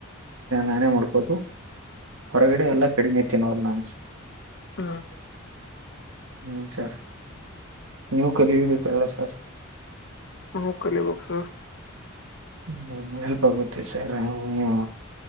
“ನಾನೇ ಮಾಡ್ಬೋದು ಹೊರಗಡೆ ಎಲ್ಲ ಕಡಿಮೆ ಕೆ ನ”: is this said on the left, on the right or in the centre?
Right